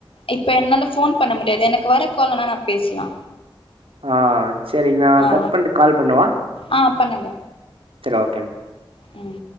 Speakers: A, on the left; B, on the right.
A: இப்ப என்னால ஃபோன் பண்ண முடியாது எனக்கு வர கால்னனா நா பேசலா
B: ஆ சரிங்க நா
A: ஆ
B: கட் பண்ட்டு கால் பண்ணவா
A: ஆ பண்ணுங்க
B: சரி ஓகே
A: ம்